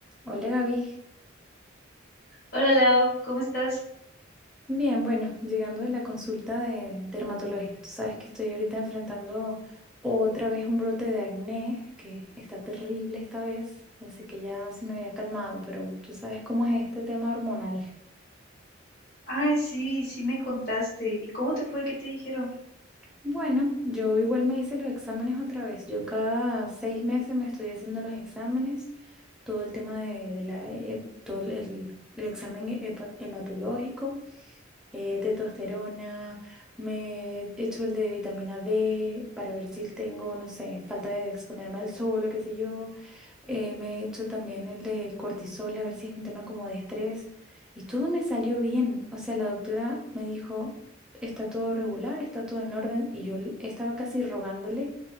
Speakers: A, in the centre; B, on the left.
A: Hola Gaby.
B: Hola Lau, ¿cómo estás?
A: Bien, bueno, llegando de la consulta de dermatológica, tú sabes que estoy ahorita enfrentando otra vez un brote de acné que está terrible esta vez. Pensé que ya se me había calmado, pero tú sabes cómo es este tema hormonal.
B: Ay, sí, sí me contaste. ¿Y cómo te fue? ¿Qué te dijeron?
A: Bueno, yo igual me hice los exámenes otra vez. Yo cada seis meses me estoy haciendo los exámenes, todo el tema de, de la, he- todo el, el- el examen hepa- hematológico. eh, testosterona, me echo el de vitamina D para ver si tengo, no sé, falta de exponerme al sol o qué sé yo. Eh, me echo también el de cortisol, a ver si es un tema como de estrés. Y todo me salió bien. O sea, la doctora me dijo, está todo regular, está todo en orden. Y yo l- estaba casi rogándole